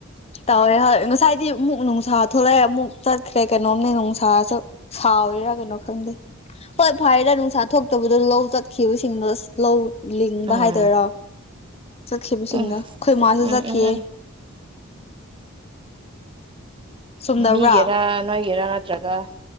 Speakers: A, on the left; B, on the right.
A: ꯇꯧꯋꯦ ꯍꯣꯏ ꯉꯁꯥꯏꯗꯤ ꯑꯃꯨꯛ ꯅꯨꯡꯁꯥ ꯊꯣꯛꯂꯛꯑꯦ ꯑꯃꯨꯛ ꯆꯠꯈ꯭ꯔꯦ ꯀꯩꯅꯣꯝꯅꯦ ꯅꯨꯡꯁꯥꯁꯨ ꯁꯥꯎꯔꯤꯔꯥ ꯀꯩꯅꯣ ꯈꯪꯗꯦ ꯍꯣꯏ ꯐꯥꯔꯦꯗ ꯅꯨꯡꯁꯥ ꯊꯣꯛ ꯇꯕꯗꯣ ꯂꯧ ꯆꯠꯈꯤꯕꯁꯤꯡꯗꯣ ꯑꯁ ꯂꯧ ꯂꯤꯡꯕ
B: ꯎꯝ
A: ꯍꯥꯏꯗꯣꯏꯔꯣ ꯆꯠꯈꯤꯕꯁꯤꯡꯗꯣ
B: ꯎꯝ
A: ꯑꯈꯣꯏ ꯃꯥꯁꯨ
B: ꯎꯝ
A: ꯆꯠꯈꯤꯌꯦ
B: ꯎꯝ ꯎꯝ
A: ꯆꯨꯝꯗꯕ꯭ꯔꯥ
B: ꯃꯤꯒꯤꯔ ꯅꯣꯏꯒꯤꯔ ꯅꯠꯇ꯭ꯔꯒ